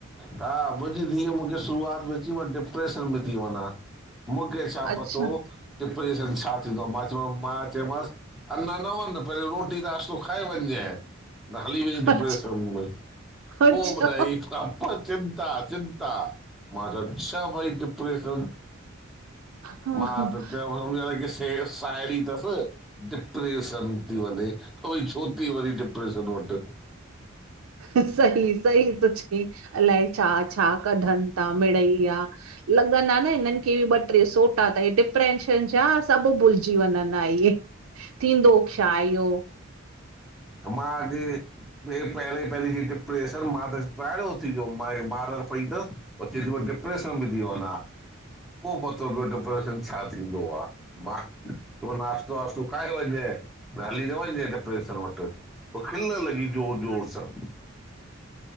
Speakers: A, in the centre; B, on the right (about 75°).
A: हा मुंहिंजी धीअउ मूंखे शुरूआत में अची मां डिप्रेशन में थी वञा। मूंखे छा
B: अच्छा
A: पतो डिप्रेशन छा थींदो मां चयोस मां चयोमांस। अञा न वञ पं रोटी त नाश्तो खाए वञइ न हली वञदी डिप्रेस।
B: अच्छा
A: तनमे
B: अच्छा
A: पो ॿुधाए इथ्खा। चिंता चिंता माँ चयो छह भई डिप्रेशन?
B: हा
A: मां त चयो हुनखे से साहिड़ी थस डिप्रेशन। थी वञे त भई छो थी वरी डिप्रेशन वट।
B: सही, सही थो चई अलाए छा छा? कधं था मिड़ई आ। लॻंदा न हिनन खे ॿ ट्रे सोटा त डिप्रेंशन जा सभ भुलज। जीवन न आइ थींदो छा इयो?
A: अ मांघे। हे पहिरीं पहरीं जी डीप्रेशर मां त ॻाढ़ो थी वयो माइ ॿार पई थस। उ चे थी डिप्रेशन बि थी वञा। पो पतो प डिपरेशन छा थींदो आह मां। पो नाश्तो वाश्तो खाइ वञय हलीयों वञय दिप्रेशन वट्। पोइ खिलन लॻी ज़ोर ज़ोर सां